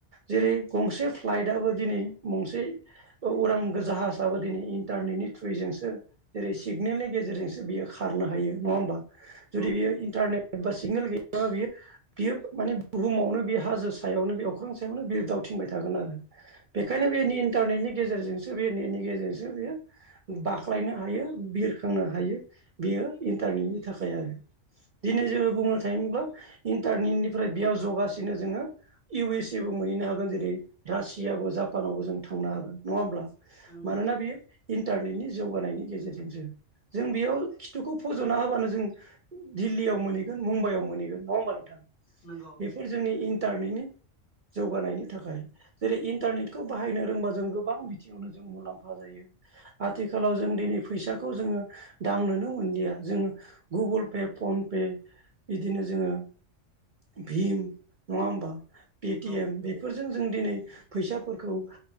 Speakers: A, on the right; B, on the left.
A: जेरै गंसे फ्लाइटआबो दिनै गंसे उरां जाहाजाबबो दिनै इन्टारनेटनि थ्रुयजोंसो जेरै सिगनेलनि गेजेरजोंसो बियो खारनो हायो नङा होमबा जुदि
B: औ
A: बियो इन्टारनेट ब सिग्नेल ग ज बियो बियो माने बुहुमावनो बे हाजो सायावनो बे अख्रां सायावनो बियो दावथिंबाय थागोन आरो बेखायनो
B: औ
A: बेनि इन्टारनेटनि गेजेरजोंसो बे नेटनि गेजेरजोंसो बेयो बाख्लायनो हायो बिरखांनो हायो बेयो इन्टारनेटनि थाखाय आरो दिनै
B: औ
A: जोङो बुंनो थाङब्ला इन्टारनेटनिफ्राय बेयाव जगासिनो जोङो इउ एस एबो मोनहैनो हागोन जेरै रासियाबो जापानावबो जों थांनो हागोन नङा होमब्ला
B: नंगौ
A: मानोना बियो इन्टारनेटनि जौगानायनि गेजेरजोंसो जों बेयाव खिथुखौ फज'ना होबानो जों दिल्लीयाव मोनहैगोन मुम्बाइआव मोनहैगोन नङा होमबा नोंथां
B: नंगौ
A: बेफोर जोंनि इन्टारनेटनि जौगानायनि थाखाय जेरै इन्टारनेटखौ बाहायनो रोंबा जों गोबां बिथिङावनो जों मुलाम्फा जायो आथिखालाव जों दिनै फैसाखौ जोङो दांनोनो मोनलिया जोङो गुगोल पे फन पे बिदिनो जोङो भिम नङा होमबा पेटिएम
B: औ
A: बेफोरजों जों दिनै फैसाफोरखौ